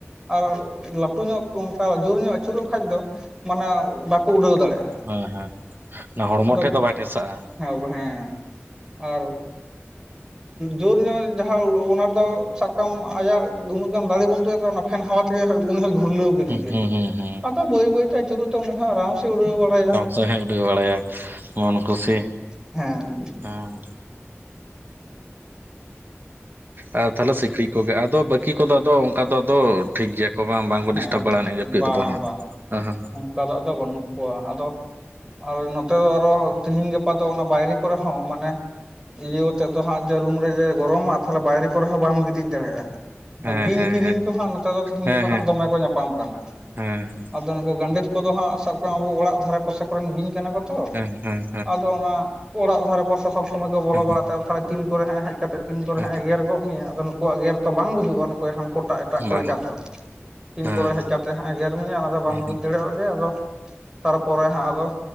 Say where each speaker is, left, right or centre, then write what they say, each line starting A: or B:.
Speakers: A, on the right; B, on the right.
A: ᱟᱨ ᱞᱟ ᱞᱟᱹᱴᱩ ᱧᱚᱜ ᱚᱱᱠᱟ ᱡᱳᱨ ᱧᱚᱜ ᱟᱹᱪᱩᱨᱚᱜ ᱠᱷᱟᱱ ᱫᱚ ᱢᱟᱱᱮ ᱵᱟᱠᱚ ᱩᱰᱟᱹᱣ ᱫᱟᱲᱮᱭᱟᱜᱼᱟ᱾
B: ᱦᱮᱸ ᱦᱮᱸ ᱱᱚᱶᱟ ᱦᱚᱲᱢᱚ
A: ᱟᱫᱚ
B: ᱴᱷᱮᱡ ᱫᱚ ᱵᱟᱭ ᱴᱷᱮᱥᱟᱜᱼᱟ᱾
A: ᱦᱮᱸ ᱦᱮᱸ ᱟᱨ ᱡᱳᱨ ᱧᱚᱜ, ᱡᱟᱦᱟᱸ ᱚᱱᱟ ᱨᱮᱫᱚ ᱥᱟᱵ ᱠᱟᱜ ᱢᱮ ᱟᱭᱟᱜ ᱩᱱᱟᱹᱜ ᱜᱟᱱ ᱫᱟᱲᱮ ᱵᱟᱹᱱᱩᱜ ᱛᱟᱭ ᱯᱷᱮᱱ ᱦᱟᱣᱟ ᱛᱮᱜᱮ, ᱦᱚᱸᱭ ᱜᱷᱩᱨᱞᱟᱹᱣ ᱠᱮᱫᱮ
B: ᱦᱩᱸ
A: ᱜᱮ
B: ᱦᱩᱸ ᱦᱩᱸ ᱦᱩᱸ
A: ᱟᱫᱚ ᱵᱟᱹᱭ ᱵᱟᱹᱭᱛᱮ ᱟᱹᱪᱩᱨᱚᱜ ᱛᱮ ᱩᱱᱤ ᱦᱚᱸ ᱟᱨᱟᱢ ᱥᱮ ᱩᱰᱟᱹᱣ ᱵᱟᱲᱟᱭᱟ᱾
B: ᱥᱚᱦᱮ ᱩᱰᱟᱹᱣ ᱵᱟᱲᱟᱭᱟ ᱢᱚᱱ ᱠᱩᱥᱤ
A: ᱦᱮᱸ
B: ᱦᱮᱸ, ᱟᱨ ᱛᱟᱦᱚᱞᱮ ᱥᱤᱠᱲᱤᱡ ᱠᱚᱜᱮ ᱟᱫᱚ ᱵᱟᱠᱤ ᱵᱟᱠᱤ ᱠᱚᱫᱚ ᱚᱱᱠᱟ ᱫᱚ ᱟᱫᱚ ᱴᱷᱤᱠ ᱜᱮᱭᱟ ᱠᱚ ᱵᱟᱝᱠᱚ
A: ᱦᱮᱸ
B: ᱰᱤᱥᱴᱟᱵ ᱵᱟᱲᱟ ᱱᱤᱜᱼᱟ ᱡᱟᱹᱯᱤᱫ
A: ᱵᱟᱝ
B: ᱨᱮᱫᱚ᱾
A: ᱵᱟᱝ
B: ᱦᱮᱸ ᱦᱮᱸ
A: ᱚᱱᱠᱟ ᱫᱟᱫᱚ ᱟᱫᱚ ᱵᱟᱹᱱᱩᱜ ᱠᱚᱣᱟ ᱟᱫᱚ, ᱟᱨ ᱱᱚᱛᱮ ᱟᱨᱦᱚᱸ ᱛᱤᱦᱤᱧ ᱜᱟᱯᱟ ᱫᱚ ᱚᱱᱟ ᱵᱟᱭᱨᱮ᱾ ᱠᱚᱨᱮ ᱦᱚᱸ ᱢᱟᱱᱮ ᱤᱭᱟᱹ ᱟᱛᱮ ᱫᱚ ᱦᱟᱸᱜ ᱨᱩᱢ ᱨᱮ ᱡᱮ ᱜᱚᱨᱚᱢᱟ ᱛᱟᱦᱚᱞᱮ ᱵᱟᱭᱨᱮ ᱠᱚᱨᱮ ᱦᱚᱸ ᱵᱟᱢ ᱜᱤᱛᱤᱡ ᱫᱟᱲᱮᱭᱟᱜᱼᱟ
B: ᱦᱮᱸ
A: ᱵᱤᱧ
B: ᱦᱮᱸ ᱦᱮᱸ
A: ᱠᱤᱫᱤᱧ
B: ᱦᱮᱸ
A: ᱠᱚᱦᱟᱸᱜ ᱱᱚᱛᱮ ᱫᱚ ᱛᱤᱦᱤᱧ
B: ᱦᱮᱸ
A: ᱜᱟᱯᱟ᱾
B: ᱦᱮᱸ ᱦᱮᱸ
A: ᱠᱚᱦᱟᱸᱜ ᱫᱚᱢᱮ ᱠᱚ ᱧᱟᱯᱟᱢ ᱠᱟᱱᱟ᱾
B: ᱦᱮᱸ
A: ᱟᱫᱚ ᱱᱩᱠᱩ ᱜᱟᱱᱰᱮᱛ ᱠᱚᱫᱚ ᱦᱟᱸᱜ ᱥᱟᱵ ᱠᱟᱜ ᱢᱮ ᱟᱵᱚ ᱚᱲᱟᱜ ᱫᱷᱟᱨᱮ ᱯᱟᱥᱮ ᱠᱚᱨᱮᱱ ᱵᱤᱧ ᱠᱟᱱᱟ ᱠᱚ ᱛᱚ,
B: ᱦᱮᱸ ᱦᱮᱸ
A: ᱟᱫᱚ ᱦᱟᱸᱜ ᱚᱲᱟᱜ ᱫᱷᱟᱨᱮ ᱯᱟᱥᱮ ᱥᱚᱵ ᱥᱚᱢᱚᱭ ᱠᱚ ᱵᱚᱞᱚ
B: ᱦᱮᱸ
A: ᱵᱟᱲᱟ ᱛᱮ ᱛᱟᱦᱚᱞᱮ ᱛᱤᱱ ᱠᱚᱨᱮ ᱦᱟᱸᱜ ᱦᱮᱡ ᱠᱟᱛᱮ ᱛᱤᱱ ᱠᱚᱨᱮ
B: ᱦᱮᱸ
A: ᱦᱟᱸᱜ ᱮ ᱜᱮᱨ ᱜᱚᱫ ᱢᱮᱭᱟ ᱟᱫᱚ ᱱᱩᱠᱩᱣᱟᱜ ᱜᱮᱨ ᱛᱚ ᱵᱟᱝ ᱵᱩᱡᱩᱜᱼᱟ ᱱᱩᱠᱩ ᱦᱟᱱᱠᱩ ᱮᱴᱟᱜ ᱮᱴᱟᱜ ᱠᱚ
B: ᱵᱟᱝ
A: ᱞᱮᱠᱟ ᱫᱚ᱾ ᱛᱤᱱ
B: ᱦᱮᱸ
A: ᱠᱚᱨᱮ ᱦᱮᱡ ᱠᱟᱛᱮ ᱦᱟᱸᱜ ᱮ ᱜᱮᱨ ᱢᱮᱭᱟ ᱚᱱᱟ ᱫᱚ ᱵᱟᱢ
B: ᱦᱮᱸ
A: ᱵᱩᱡᱽ ᱫᱟᱲᱮᱭᱟᱜ ᱜᱮ ᱟᱫᱚ ᱛᱟᱨᱯᱚᱨᱮ ᱦᱟᱸᱜ ᱟᱫᱚ